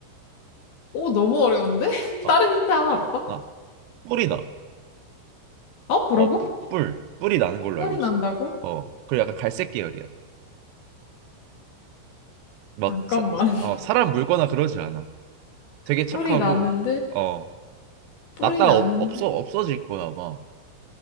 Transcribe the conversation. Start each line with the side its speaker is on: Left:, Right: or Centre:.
Left: 오, 너무 어려운데? <laughs>
Right: 어,
Left: 다른 힌트 하나 없어?
Right: 아, 뿔이 나.
Left: 어? 뭐라고?
Right: 어, 뿔, 뿔. 뿔이 나는 걸로
Left: 뿔이
Right: 알고 있어.
Left: 난다고?
Right: 어, 그리고 약간 갈색 계열이야. 막
Left: 잠깐만.
Right: 사,
Left: <laughs>
Right: 어, 사람 물거나 그러지 않아. 되게 착하고
Left: 뿔이 나는데?
Right: 어
Left: 뿔이
Right: 났다가
Left: 나는데?
Right: 없, 없어 없어질 거야 아마